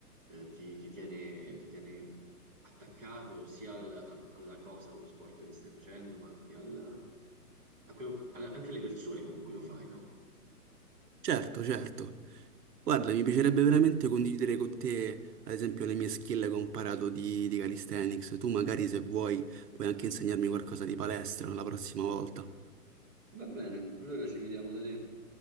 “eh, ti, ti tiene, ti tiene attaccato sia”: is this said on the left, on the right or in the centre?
Centre